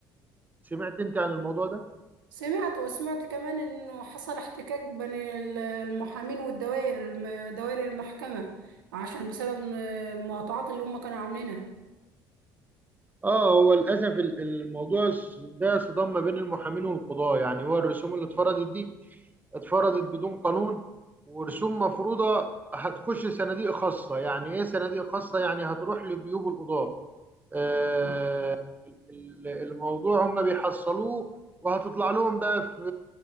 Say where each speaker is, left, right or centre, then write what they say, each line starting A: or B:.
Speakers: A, on the right (about 15°); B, on the right (about 80°).
A: سمعت أنت عن الموضوع ده؟
B: سمعت وسمعت كمان انه حصل احتكاك بين ال- المحامين والدوائر الم- دوائر المحكمة عشان بسبب إن المقاطعات اللي هم كانوا عاملينها
A: آه هو للأسف ال- الموضوع س- ده صدام ما بين المحامين والقضاة يعني هو الرسوم اللي اتفرضت دي اتفرضت بدون قانون ورسوم مفروضة هتخش صناديق خاصة يعني إيه صناديق خاصة؟ يعني هتروح لجيوب القضاة آه،
B: آه.
A: ال- الموضوع هم بيحصلوه وهتطلع لهم بقى في